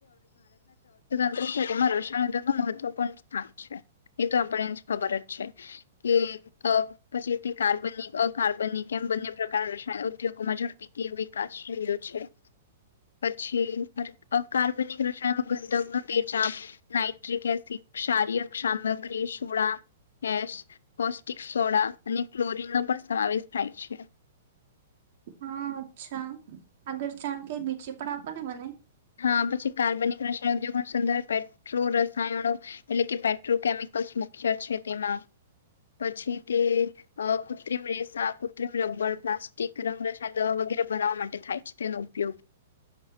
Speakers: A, on the left; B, on the right.
A: શરીમાં રસાયણ ઉદ્યોગ ન મહત્વપૂર્ણ સ્થાન છે એ તો આપને ખબર જ છે કે પછી તે કાર્બનિક અકાર્બનિક એમ બંને પ્રકાર રસાયણ ઉદ્યોગોમાં ઝડપી કે વિકાસ રહ્યો છે પછી અકાર્બનિક રસાયણ ગંધકનો તેજા આપ નાઇટ્રિક એસિડ શારીય સામગ્રી સોડા કેસ પૌષ્ટિક સોડા અને ક્લોરીન નો પણ સમાવેશ થાય છે
B: હા અચ્છા આગળ જાણ કે બીચે પણ આપો ને મને
A: હા પછી કાર્બનિક રસાયણ ઉદ્યોગ સંર્ પેટ્રો રસાયણો એટલે કે પેટ્રોકેમિકલ્સ મુખ્ય છે તેમાં પછી તે કૃત્રિમ રેસા કૃત્રિમ રબર પ્લાસ્ટિક રંગ રસાયણ દવા વગેરે બનાવવા માટે થાય છે તેનો ઉપયોગ